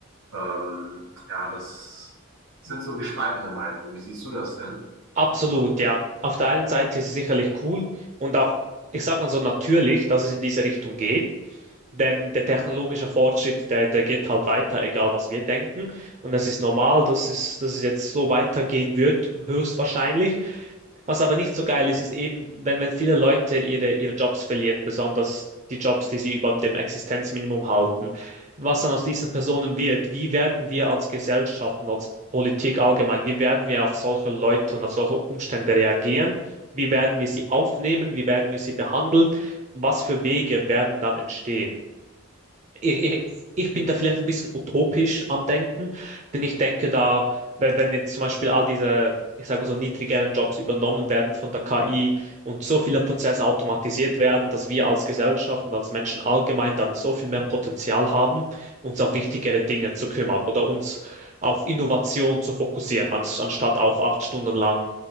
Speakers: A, on the right; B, on the right.
A: Ähm, ja, das sind so gespaltene Meinungen. Wie siehst du das denn?
B: Absolut, ja. Auf der einen Seite ist es sicherlich cool und auch, ich sag mal so, natürlich, dass es in diese Richtung geht, denn der technologische Fortschritt, der, der geht halt weiter, egal was wir denken. Und es ist normal, dass es, dass es jetzt so weitergehen wird, höchstwahrscheinlich. Was aber nicht so geil ist, ist eben, wenn, wenn viele Leute ihre, ihre Jobs verlieren, besonders die Jobs, die sie über dem Existenzminimum halten, was dann aus diesen Personen wird, wie werden wir als Gesellschaft und als Politik allgemein, wie werden wir auf solche Leute und auf solche Umstände reagieren, wie werden wir sie aufnehmen, wie werden wir sie behandeln, was für Wege werden dann entstehen? ich, ich ich bin da vielleicht ein bisschen utopisch am Denken, denn ich denke da, weil wenn jetzt zum Beispiel all diese, ich sage mal so, niedrigeren Jobs übernommen werden von der KI und so viele Prozesse automatisiert werden, dass wir als Gesellschaft und als Menschen allgemein dann so viel mehr Potenzial haben, uns auf wichtigere Dinge zu kümmern oder uns auf Innovation zu fokussieren, ans- anstatt auf acht Stunden lang